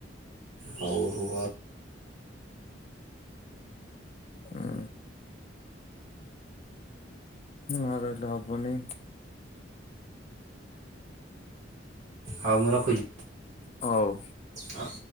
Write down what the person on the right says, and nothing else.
ହଉ ରୁହ।
ହଉ ମୁଁ ରଖୁଛି।
ହଉ।